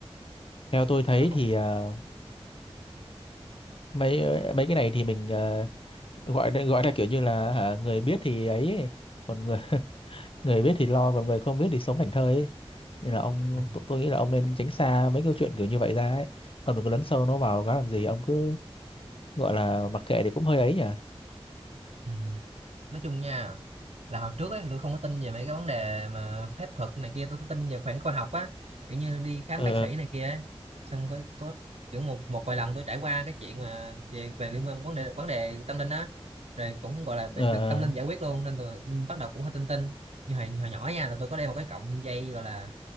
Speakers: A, on the left; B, on the right.
A: theo tôi thấy
B: Ông không
A: thì ờ, mấy mấy cái này thì mình ờ, gọi là- gọi là kiểu như là hả, người biết thì ấy còn người <laughs> người biết thì lo còn người không biết thì sống thảnh thơi ấy. nên là ông
B: ừ.
A: tôi, tôi nghĩ là ông nên tránh xa mấy câu chuyện kiểu như vậy ra ấy ông đừng có lấn sâu nó vào nó làm gì ông cứ gọi là mặc kệ thì cũng hơi ấy nhỉ
B: Ừ. nói chung nha là hồi trước ấy thì tôi không có tin về mấy cái vấn đề mà phép thuật này kia tôi tin về khoảng khoa học á kiểu như đi khám
A: ờ
B: bác sĩ này kia ấy. xong có có kiểu một một vài lần tôi trải qua cái chuyện mà về về liên quan vấn đề vấn đề tâm linh á rồi cũng gọi là bị-
A: ờ
B: được
A: ờ,
B: tâm linh giải quyết luôn nên tôi bắt đầu cũng hơi tin tin như hồi, hồi nhỏ nha là tôi có đeo một cái cọng dây gọi là